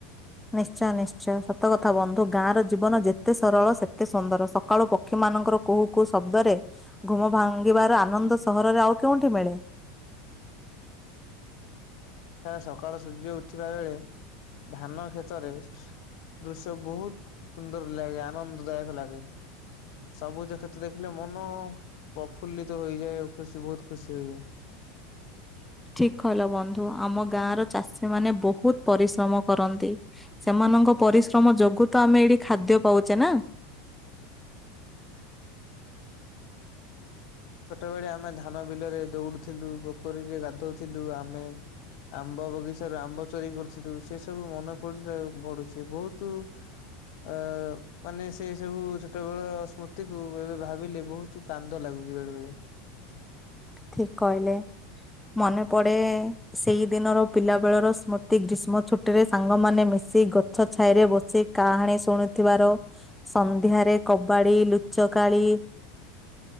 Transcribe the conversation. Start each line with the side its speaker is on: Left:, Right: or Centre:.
Centre: ନିଶ୍ଚୟ ନିଶ୍ଚୟ ସତ କଥା ବନ୍ଧୁ ଗାଁ ର ଜୀବନ ଯେତେ ସରଳ ସେତେ ସୁନ୍ଦର ସକାଳୁ ପକ୍ଷୀ ମାନଙ୍କର କହୁ କୁହୁ ଶବ୍ଦରେ ଘୁମ ଭାଙ୍ଗିବାର ଆନନ୍ଦ ସହରରେ ଆଉ କେଉଠି ମିଳେ? <inaudible>
Left: ହେ ସକାଳ ସୂର୍ଯ୍ୟ ଉଠିବା ବେଳେ ଧାନ କ୍ଷେତରେ ଦୃଶ୍ୟ ବହୁତ ସୁନ୍ଦର ଲାଗେ ଆନନ୍ଦଦାୟକ ଲାଗେ ସବୁଜ କ୍ଷେତ୍ର ଦେଖିଲେ ମନ ପ୍ରଫୁଲ୍ଲିତ ହୋଇଯାଏ ଖୁସି ବହୁତ ଖୁସି ହେଇଯାଏ।
Centre: <inaudible> ଠିକ କହିଲ ବନ୍ଧୁ ଆମ ଗାଁ ର ଚାଷୀ ମାନେ ବହୁତ ପରିଶ୍ରମ କରନ୍ତି ସେମାନଙ୍କ ପରିଶ୍ରମ ଯୋଗୁ ତ ଆମେ ଏଇଠି ଖାଦ୍ୟ ପାଉଛେ ନା
Left: ଛୋଟବେଳେ ଆମେ ଧାନ ବିଲରେ ଦୌଡୁଥିଲୁ ପୋଖରୀରେ ଗାଧଉଥିଲୁ ଆମେ ଆମ୍ବ ବଗିଚାରୁ ଆମ୍ବ ଚୋରି କରୁଥିଲୁ ସେ ସବୁ ମନେ ଫ ପଡୁଛି ବହୁତ ଆ ମାନେ ସେ ସବୁ ଛୋଟ ବେଳ ସ୍ମୃତି କୁ ଏବେ ଭାବିଲେ ବହୁତ କାନ୍ଦ ଲାଗୁଛି ବେଳେ ବେଳେ
Centre: ଠିକ କହିଲେ। ମନେ ପଡେ ସେଇ ଦିନର ପିଲା ବେଳର ସ୍ମୃତି ଗ୍ରୀଷ୍ମ ଛୁଟିରେ ସାଙ୍ଗମାନେ ମିଶି ସେ ଗଛ ଛାଇ ରେ ବସି କାହାଣୀ ଶୁଣୁଥିବାର ସନ୍ଧ୍ୟାରେ କବାଡି ଲୁଚ କାଳୀ